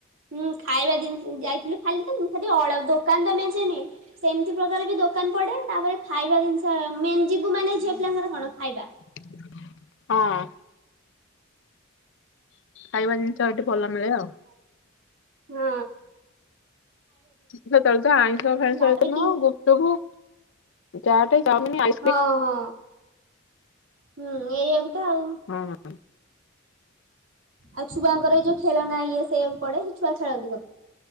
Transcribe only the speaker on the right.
ହୁଁ ଖାଇବା ଦିନିସ ଯାଇଥିଲୁ ଖାଲି ତ ମୁଁ ହେଠି ଅଳ ଦୋକାନ ତ ମେଞ୍ଚେ ନୁହେଁ। ସେମିତି ପ୍ରକାର ବି ଦୋକାନ ଦୋକାନ ପଡେ ତାପରେ ଖାଇବା ଜିନିଷ ମେନ୍ ଯିବୁ ମାନେ ଝିଅ ପିଲାଙ୍କର କଣ ଖାଇବା।
ହୁଁ
ତାପରେ
କି
ହଁ ହଁ ହୁଁ ଏଇଆକୁ ତ ଆଉ।
ଆଉ ଛୁଆଙ୍କର ଏଯୋଉ ଖେଳ ନା ଇଏ ସେଇଆକୁ ପଡେ ସେ ଛୁଆ ଖେଳନ୍ତି ସବ